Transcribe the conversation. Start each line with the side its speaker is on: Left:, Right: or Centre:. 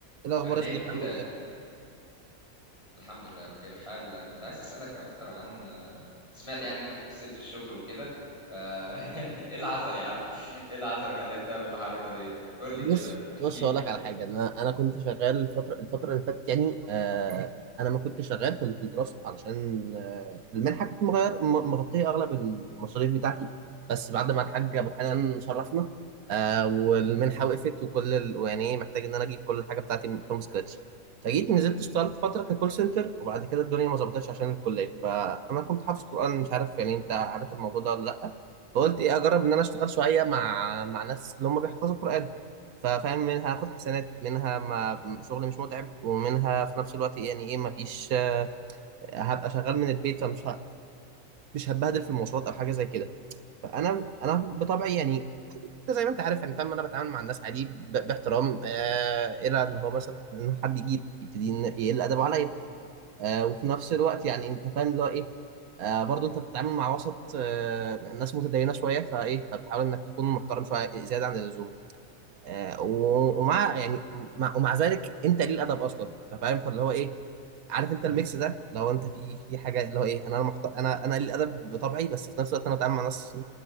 Right: إيه الأخبار
Left: أهلين
Right: يا صديقي
Left: حودة
Right: عامل إيه؟
Left: الحمد لله بخير حال كنت عايز أسألك أكتر عن سمعت يعني إنك سبت الشغل وكده ف <laughs> إيه اللي حصل يا عم؟ إيه اللي حصل خلاك تعمل الحركة ديت؟ قول لي
Right: بص
Left: كده احكي
Right: بص
Left: لي
Right: هقول لك
Left: شوية.
Right: على حاجه انا انا كنت شغال الفتره الفتره اللي فاتت يعني آه انا ما كنت شغال في في الدراسه علشان آه المنحه كانت مغير م- مغطيه اغلب المصاريف بتاعتي بس بعد ما الحاج ابو حنان شرفنا آه والمنحه وقفت وكل ال... يعني إيه، محتاج ان انا اجيب كل الحاجه بتاعتي فروم سكراتش فجيت نزلت اشتغلت فتره ككول سنتر وبعد كده الدنيا ما ظبطتش عشان الكليه فانا كنت حافظ قران مش عارف يعني انت عارف الموضوع ده ولا لا فقلت ايه اجرب ان انا اشتغل شويه مع مع ناس اللي هم بيحفظوا قران ففاهم منها هاخد حسنات منها ما شغل مش متعب ومنها في نفس الوقت يعني ايه مفيش آه، هبقى شغال من البيت فمش ه... مش هتبهدل في المواصلات او حاجه زي كده فانا انا بطبعي يعني انت زي ما انت عارف يعني فاهم انا بتعامل مع الناس عادي ب... باحترام آه الى ان هو مثلا ان حد يجي يبتدي إن- يقل ادبه عليا آه وفي نفس الوقت يعني انت فاهم اللي هو ايه آه برضه انت بتتعامل مع وسط آه ناس متدينه شويه فايه فبتحاول انك تكون محترم شويه زياده عن اللزوم آه، و- ومع يعني مع ومع ذلك انت ليه الادب اصلا فاهم فاللي هو ايه عارف انت الميكس ده لو انت في في حاجه اللي هو ايه انا محت... انا انا ليه الادب بطبعي بس في نفس الوقت انا بتعامل مع ناس